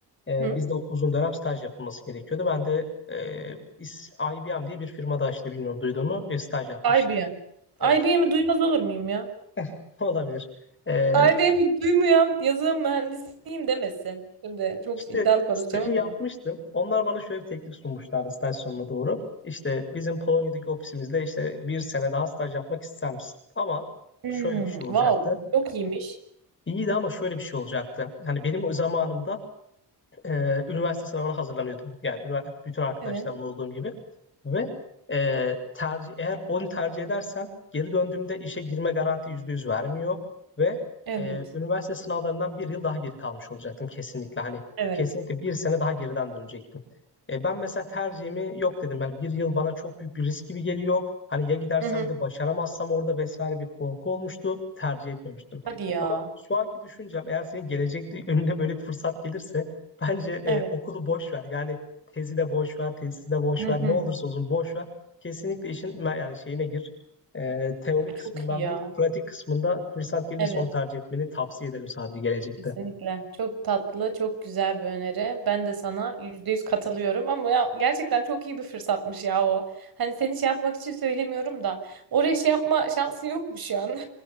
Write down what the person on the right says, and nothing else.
Hı.
IBM.
IBM'i duymaz olur muyum ya?
IBM'i duymayan yazılım mühendisiyim demesin. Şimdi çok
iddialı konuşacağım
ama.
Hmm,
wow, çok iyiymiş.
Evet,
evet,
evet.
Hı hı.
Hadi ya.
Evet.
Hı
hı.
Çok iyi ya.
Evet,
kesinlikle. Çok tatlı, çok güzel bir öneri. Ben de sana yüzde yüz katılıyorum ama ya gerçekten çok iyi bir fırsatmış ya o. Hani seni şey yapmak için söylemiyorum da oraya şey yapma şansın yokmuş yani.